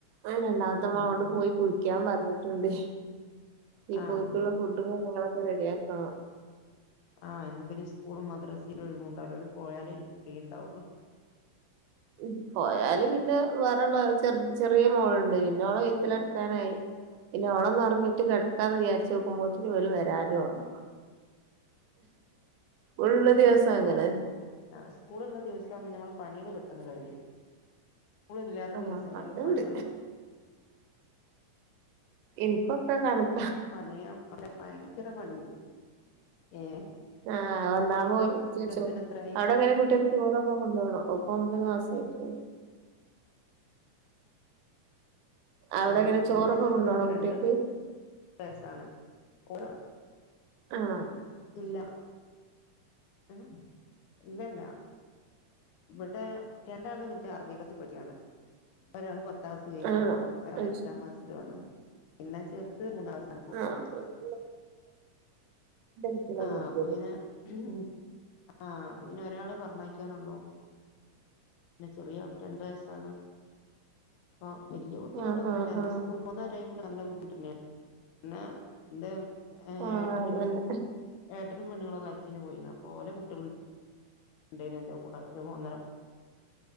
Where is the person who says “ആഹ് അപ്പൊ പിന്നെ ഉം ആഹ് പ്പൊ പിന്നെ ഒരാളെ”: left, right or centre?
Left